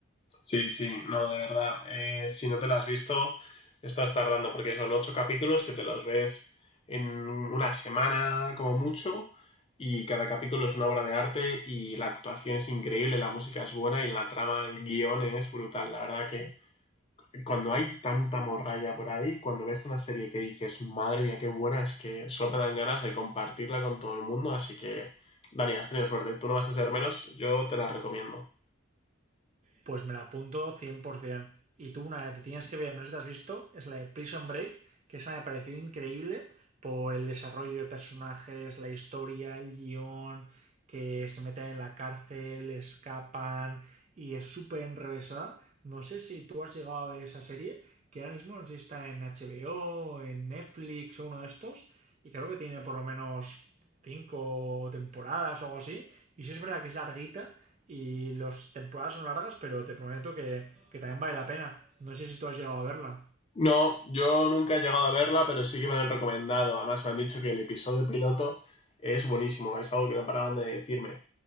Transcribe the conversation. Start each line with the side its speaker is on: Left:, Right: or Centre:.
Left: Sí, sí, no, de verdad. Eh, si no te la has visto, estás tardando, porque son ocho capítulos que te los ves en una semana como mucho, y cada capítulo es una obra de arte, y la actuación es increíble, la música es buena, y la trama, el guión es brutal. La verdad que cuando hay tanta morralla por ahí, cuando ves una serie que dices, madre mía, qué buena, es que solo te dan ganas de compartirla con todo el mundo, así que, Dani, has tenido suerte. Tú no vas a ser menos, yo te la recomiendo.
Right: Pues me la apunto cien por cien Y tú, una que te tienes que ver, no sé si te has visto, es la de Prison Break, que esa me pareció increíble por el desarrollo de personajes, la historia, el guión, que se meten en la cárcel, escapan y es súper enrevesada. No sé si tú has llegado a ver esa serie, que ahora mismo no sé si está en HBO, en Netflix o uno de estos, y creo que tiene por lo menos cinco temporadas o algo así. Y sí es verdad que es larguita y las temporadas son largas, pero te prometo que, que también vale la pena. No sé si tú has llegado a verla.
Left: No, yo nunca he llegado a verla, pero sí que me la han recomendado. Además, me han dicho que el episodio piloto es buenísimo, es algo que no paraban de decirme.